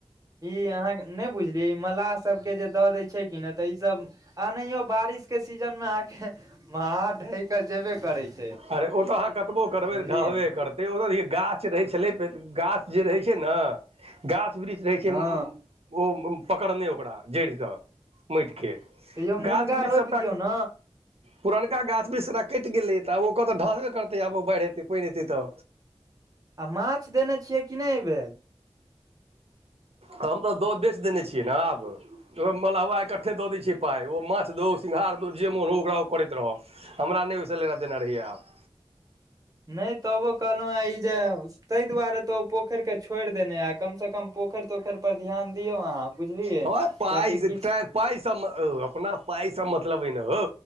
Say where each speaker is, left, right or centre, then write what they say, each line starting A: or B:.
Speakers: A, on the right; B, on the right.
A: ई अहाँक नहि बुझलिये ई मलाह सब के जे द देय छै कि नै त ई सब अनहियो बारिश के सीजन मे अहाँके महार ढहि त जेबे करै छै।
B: अरे ओ तऽ अहाँ कतबो करबै
A: बुझलियै
B: तऽ ढहबे कर तै ओत गाछ रहै छलै गाछ जे रहै छै न गाछ वृक्ष रहै छै
A: हँ
B: मम्म्म ओ पकड़ने ओकरा जड़िस माटिके
A: त यौ मुनगा
B: गाछ वृक्ष
A: रोपि
B: सभटा
A: दियौ न।
B: पुरनका गाछ वृक्ष सबटा कटि गेलै तऽ आब ओकतऽ ढहबे करतै आब ओ बाढ़ि ऐते पानि एतै तऽ
A: आ माछ देने छियै कि नहि एहि बेर?
B: हम तऽ द बेच देने छियै ने आब। ओ मलहवा इकट्ठे दऽ दै छै पाइ ओ माछ दौ सिंघार दौ जे मोन होउ ओकरा ओ करैत रहऽ। हमरा नहि ओहिस लेना देना रहैयै आब।
A: नहि तबो कहलहुं है इ जे तैय दुआरे तऽ ओ पोखरिके छोड़ि देने ए, कमस कम पोखरि तोखरि पर ध्यान दियौ अहाँ। बुझलियै
B: हमरा त पाइ
A: कियकि
B: स
A: किछु
B: तें पाइ स म अपना पाइ स मतलब ऐ ने हौ।